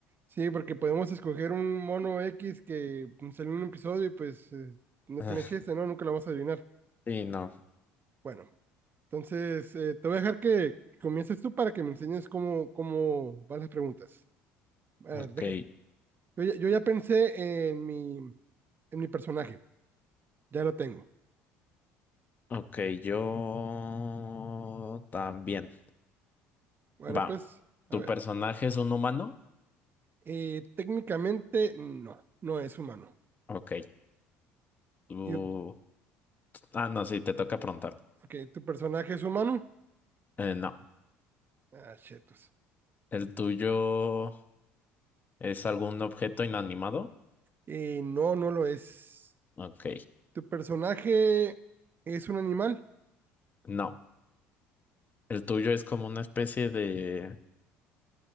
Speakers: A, on the right; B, on the left.
A: sí, porque podemos escoger un mono X que salió en un episodio y pues eh, no
B: Ah,
A: tiene chiste, ¿no? Nunca lo vas a adivinar.
B: Sí, no.
A: Bueno, entonces eh, te voy a dejar que comiences tú para que me enseñes cómo, cómo van las preguntas. A
B: Ok,
A: ver, deje- Yo, ya- yo ya pensé en mi, en mi personaje, ya lo tengo.
B: ok, yo también.
A: Bueno,
B: Va,
A: pues, a
B: ¿tu
A: ver.
B: personaje es un humano?
A: Eh, técnicamente no, no es humano.
B: Ok, tú...
A: Yo,
B: Ah, no, sí, te toca preguntar.
A: ok, ¿tu personaje es humano?
B: Eh, no,
A: Ah, chetos.
B: ¿el tuyo es algún objeto inanimado?
A: Eh, no, no lo es.
B: Ok.
A: ¿Tu personaje es un animal?
B: No. ¿El tuyo es como una especie de,